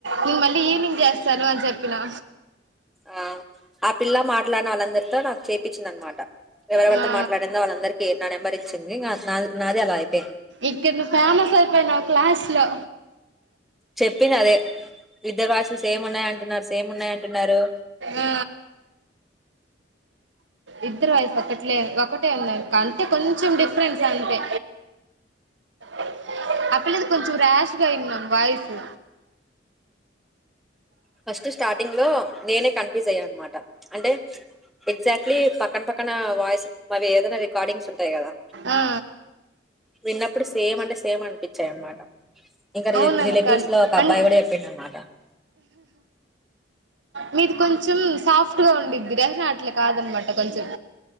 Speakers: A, on the right; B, in the centre.
A: నేను మళ్ళీ ఈవినింగ్ చేస్తాను అని చెప్పినా
B: ఆ ఆ పిల్ల మాట్లానోళ్ళందరితో నా ఇచ్చింది అన్నమాట ఎవరెవరితో
A: ఆ
B: మాట్లాడిందో వాళ్ళందరికి నా నెంబర్ ఇచ్చింది నాది నాదే అలా అయిపెయ్
A: ఇక్కడ నువ్వు ఫేమస్ అయిపోయినావు క్లాస్ లో
B: చెప్పింది అదే ఇద్దరు భాషలు సేమ్ ఉన్నాయి అంటున్నారు సేమ్ ఉన్నాయి అంటున్నారు
A: ఆ ఇద్దరు వయసు ఒకట్లే ఒకటే ఉన్నాయి అంటే కొంచెం డిఫరెన్స్ అంతే ఆ ఆ పిల్లది కొంచెం ర్యాష్ గా అయ్యింది వాయిసు
B: ఫస్ట్ స్టార్టింగ్ లో నేనే కన్ఫ్యూజ్ అయ్యాను అనమాట అంటే ఎగ్జాక్ట్ ఈ పక్కన పక్కన వాయిస్ అవి ఏదనా రికార్డింగ్స్ ఉంటాయి కదా
A: ఆ
B: విన్నప్పుడు సేమ్ అంటే సేమ్ అ పిచ్చయ్ అనమాట ఇంకా
A: అవునక్క
B: రిలేటివ్స్ లో ఒక అబ్బాయి
A: అన్
B: కూడా చెప్పిండు అనమాట
A: మీది కొంచెం సాఫ్ట్ గా ఉండిద్దిర అనా అట్లా కాదనమాట కొంచెం